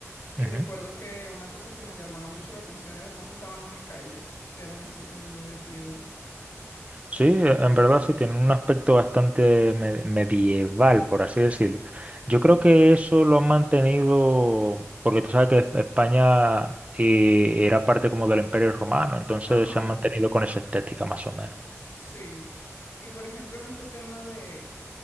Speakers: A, on the left; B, on the right.
A: Y
B: Ujú.
A: recuerdo que una cosa que me llamaba mucho la atención era cómo estaban las calles, que eran así como muy de piedra.
B: Sí, en verdad sí, tiene un aspecto bastante me- medieval, por así decirlo. Yo creo que eso lo han mantenido, porque tú sabes que España eh, era parte como del Imperio Romano, entonces
A: Ajá,
B: se han mantenido con esa estética más o menos.
A: sí. Y por ejemplo, en este tema de